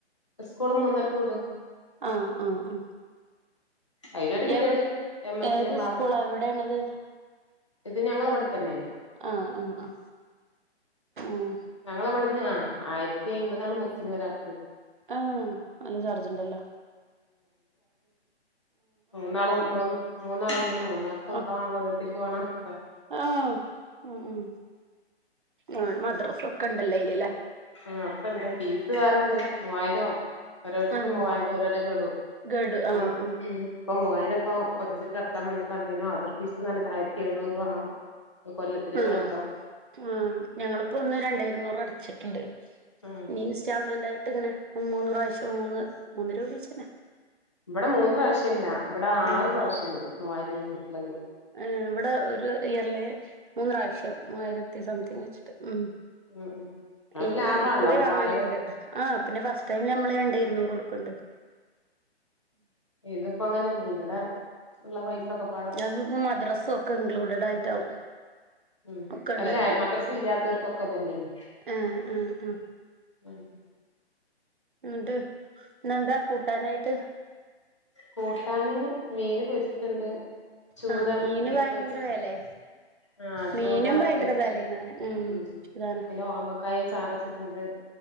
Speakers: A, on the left (about 25°); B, on the right (about 50°).
A: സ്കൂള് മൂന്നരക്ക് വിടും
B: ആഹ് ആഹ് ആ
A: അയിലൊരു പീരീഡ്
B: എവിടെ
A: എം എസിന്റെ
B: ഏത്
A: ക്ലാസ്
B: സ്കൂളാ എവിടേണത്
A: ഇത് ഞങ്ങളെ ഇവിടെ ഇവിടെന്നേണ്
B: ആഹ് ആഹ് ആഹ് ഉം
A: ഞങ്ങളെ ഇവിടുന്ന് ആഹ് ആയി രത്തി അയ്മ്പതാണ് ബസ്സിന് ഒരാൾക്ക്
B: ആഹ് നല്ല ചാർജുണ്ടല്ലോ
A: മൂന്നാള് മൂന്ന് മൂന്നാളുണ്ട് മൂന്നാൾക്കും അത്ര
B: ആഹ്
A: വേണം ഓരോരുത്തർക്കും വേണം പ
B: ആഹ് ഉം ഉം ആ മദ്രസ് ഒക്കെ ഉണ്ടല്ലോ അയ്ല്
A: ആഹ് ഒക്കെണ്ട് ഫീസ് വേറെണ്ട് മൂവായിരം ഓരോരുത്തർക്ക്
B: ആഹ്
A: മൂവായിരം ഒരോരൊ ഗടു
B: ഗഡു
A: ഇപ്പം
B: ആഹ് ആഹ്
A: ഉം ഇപ്പം മൂവായിരം ഇപ്പോ ഒരോരുത്തർക്ക് അടക്കാൻ വേണ്ടി പറഞ്ഞു പിന്നെ അദർ ഫീസ്ന്ന് പറഞ്ഞിട്ട് ആയിരത്തി എഴുന്നൂറ് വേണം കൊല്ലത്തിൽ ഒരു
B: ആഹ്
A: വട്ടം
B: ആഹ് ഞങ്ങളിപ്പോ ഒന്ന് രണ്ടേ ഇരുന്നൂറ് അടച്ചിട്ടുണ്ട്
A: ഉം
B: ഇനി ഇൻസ്റ്റാൾമെന്റ് ആയിട്ട് ഇങ്ങനെ മൂന്ന് പ്രാവശ്യം മൂന്ന് മൂന്ന് രൂപ വീതിച്ചെന്നെ
A: ഇവിടെ മൂന്ന് പ്രാവശ്യം അല്ല ഇവിടെ
B: ഉം
A: ആറ് പ്രാവശ്യം ഉണ്ട് മൂവായിരം വെച്ചിട്ടുള്ളത്
B: ഏ ഇവിടെ ഒരു ഇയറില് മൂന്നു പ്രാവശ്യം മൂവായിരത്തി സംതിങ്ങ് വെച്ചിട്ട് ഉം
A: ഉം ഉം അപ്പൊ
B: ഈ
A: ലാഭാണല്ലോ
B: കുറി
A: മൂവായിരം
B: വാങ്ങലുണ്ട് ആ പിന്നെ ഫസ്റ്റ് ടൈം നമ്മള് രണ്ടേ ഇരുന്നൂറ് കൊടുക്ക്ണ്ട്
A: ഇതിപ്പോ അങ്ങനല്ലെ ഇവിടെ ഉള്ള പൈസ ഒക്കെ
B: ഞങ്ങൾക്ക് ഇപ്പം മദ്രസ് ഒക്കെ ഇൻക്ലൂഡഡ് ആയിട്ടാവും
A: ഉം
B: ഒക്കെ ഉണ്ടല്ലോ
A: അല്ല മദ്രസ് ഇല്ലാത്തവർ കൊക്കെ ഇതന്നെയാണ്
B: ഏഹ് ആഹ് ആ
A: ഉം
B: എന്നിട്ട് ഇന്ന് എന്താ കൂട്ടാനായിട്ട്
A: കൂട്ടാന് മീന് പൊരിക്ക്ണ്ട് ചൂത
B: ആഹ്
A: മീന്
B: ഭയങ്കര
A: പൊരിച്ചത്
B: വെലേ
A: ആഹ്
B: മീനും
A: ചൂത
B: ഭയങ്കര
A: പൊരിച്ചു
B: വെലേണ് പറയാ
A: ഉം
B: അതാണ്
A: പിന്നെ ഓമക്കായും ചാറച്ച്ട്ടുണ്ട്